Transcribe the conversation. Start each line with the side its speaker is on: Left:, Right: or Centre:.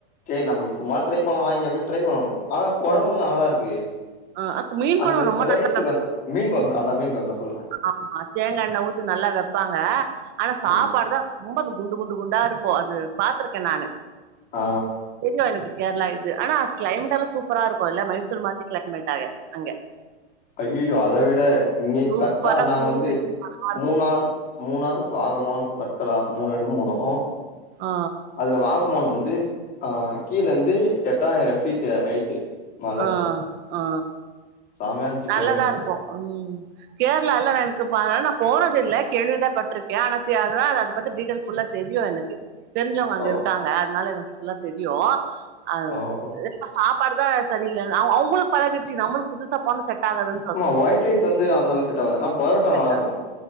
Left: சேரி நம்ம சும்மா ட்ரை பண்ணலா இங்க போய் ட்ரை பண்ணணு ஆனா கொழம்பு
Right: ம்
Left: எல்லா நல்லாதா இருக்கு
Right: அ அக்கு மீன்
Left: அந்த
Right: கொழம்பு ரொம்ப
Left: ரைஸுக்கு
Right: நல்லா
Left: வந் மீன் கொழம்பு அதா மீன் கொழம்புதா
Right: ஆமா தேங்கா எண்ணெ ஊத்தி நல்லா வெப்பாங்க ஆனா சாப்பாடு
Left: ஆமா
Right: தா ரொம்ப குண்டு குண்டு குண்டா இருக்கு அது பாத்திருக்க நானு
Left: ஆ
Right: தெரியு எனக்கு கேரளா இது ஆனா க்ளைமேட் எல்லா சூப்பரா இருக்கு இல்ல மைசூர் மாரி க்ளைமேட் ஆக அங்க
Left: ஐய்யய்யோ அத விட இங்கே
Right: சூப்பரா
Left: கரெக்ட்டா நாங்க
Right: கூலிங்கா
Left: வந்து
Right: இருக்கு
Left: மூணார் மூணார் வாகமான் வர்க்கலா மூணு எடோ போனோ
Right: ஆ
Left: அதுல வாகமான் வந்து அ கீழ இருந்து எட்டாயிரம் ஃபீட்டு ஹைட்டு மல
Right: ஆ ஆ
Left: செமையா இருந்துச்சு
Right: நல்லதா
Left: கிளைமேட்
Right: இருக்கு ம் கேரளால எனக்கு பா ஆனா நா போனதில்ல கேள்விதா பட்ருக்கே ஆனா தி அதுதா அதுபத்தி டீடெய்ல் ஃபுல்லா தெரியு எனக்கு தெரிஞ்சவங்க அங்க
Left: ஓ
Right: இருக்காங்க அதனால எனக்கு ஃபுல்லா தெரியு அது
Left: ஓஹோ
Right: இப்ப சாப்பாடுதா சரியில்லனு அவ அவங்களுக்கு பழகிடுச்சி நம்மளுக்கு புதுசா போனா செட் ஆகாது
Left: ஆமா ஒயிட் ரைஸ் வந்து அங்கலா செட் ஆவாது ஆனா பரோட்டா
Right: செட்
Left: நல்லா இருக்கு